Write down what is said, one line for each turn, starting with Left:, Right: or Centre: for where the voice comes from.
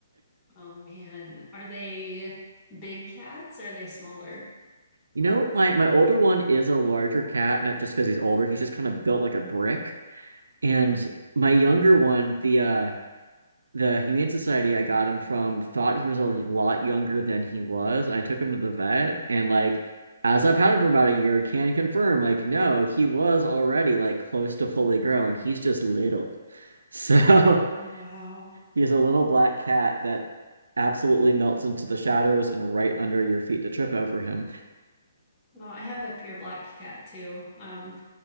Left: Oh man, are they big cats or are they smaller?
Right: You know, my my older one is a larger cat, not just because he's older. He's just kind of built like a brick. And my younger one, the uh the Humane Society I got him from thought he was a lot younger than he was. And I took him to the vet and like as I've had him for about a year, can confirm like no, he was already like close to fully grown. He's just little. So
Left: Oh
Right: <laughs>
Left: wow.
Right: he's a little black cat that absolutely melts into the shadows and right under your feet to trip over him.
Left: Well, I have a pure black cat too. Um,